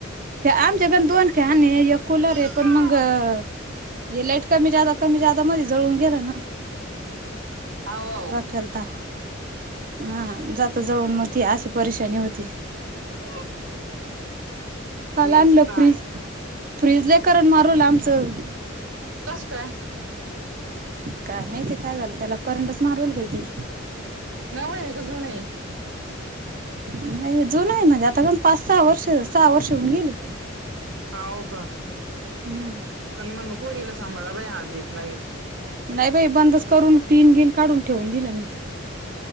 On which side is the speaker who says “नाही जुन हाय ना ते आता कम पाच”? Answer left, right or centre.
Right